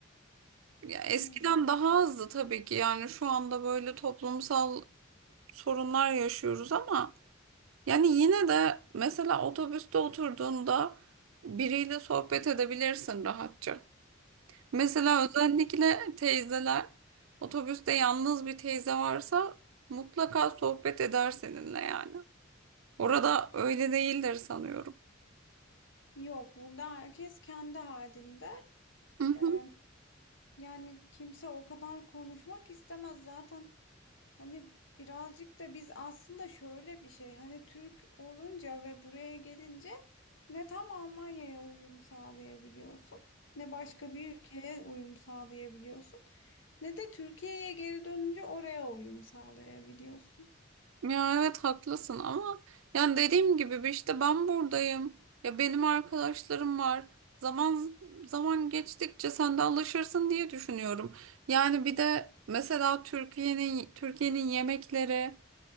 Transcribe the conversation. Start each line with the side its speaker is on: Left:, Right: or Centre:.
Right: Ya eskiden
Left: Hmm.
Right: daha azdı tabii ki yani şu anda böyle toplumsal sorunlar yaşıyoruz ama Yani yine de mesela otobüste oturduğunda biriyle sohbet edebilirsin rahatça. Mesela özellikle teyzeler otobüste yalnız bir teyze varsa mutlaka sohbet eder seninle yani. Orada öyle değildir sanıyorum.
Left: Yok, burada herkes kendi halinde.
Right: Hı hı.
Left: Ee, yani kimse o kadar konuşmak istemez zaten. Hani birazcık da biz aslında şöyle bir şey. Hani Türk olunca ve buraya gelince ne tam Almanya'ya uyum sağlayabiliyorsun, ne başka bir ülkeye uyum sağlayabiliyorsun, ne de Türkiye'ye geri dönünce oraya uyum sağlayabiliyorsun.
Right: Ya evet haklısın ama yani dediğim gibi bir işte ben buradayım. Ya benim arkadaşlarım var. Zaman zaman geçtikçe sen de alışırsın diye düşünüyorum. Yani bir de mesela Türkiye'nin Türkiye'nin yemekleri